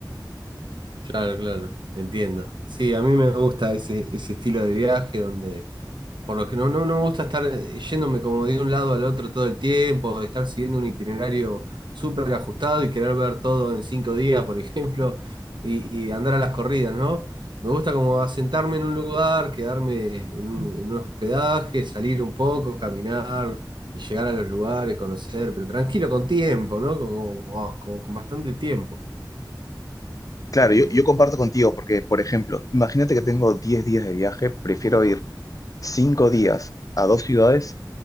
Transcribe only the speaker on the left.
Claro,
yo, yo comparto contigo porque, por ejemplo, imagínate que tengo 10 días de viaje, prefiero ir 5 días a dos ciudades